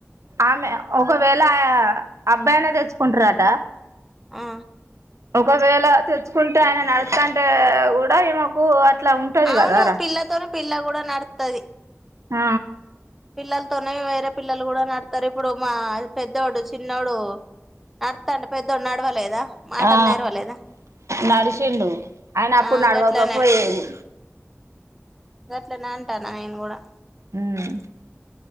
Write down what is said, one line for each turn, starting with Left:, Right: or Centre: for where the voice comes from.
Right: ఆమె ఒకవేళ ఆ అబ్బాయినే తెచ్చుకుంటారట
Centre: ఆ
Right: ఒకవేళ తెచ్చుకుంటే ఆయన నడుస్తంటే కూడా ఈమెకు అట్లా ఉంటది
Centre: అవును
Right: కదారా
Centre: పిల్ల తోనే పిల్ల కూడా నడుతది
Right: ఆ
Centre: పిల్లలతోనే వేరే పిల్లలు కూడా నడతారు ఇప్పుడు మా పెద్దొడు చిన్న డు నడుతంటే పెద్దోడు నడవలేదా మాటలు
Right: ఆ
Centre: నేరువ లేదా
Right: నడిచిండు ఆయన అప్పుడు
Centre: ఆ
Right: నడవకపోయేది
Centre: గట్లనే గట్లనే అంటాన నేను కూడా
Right: హమ్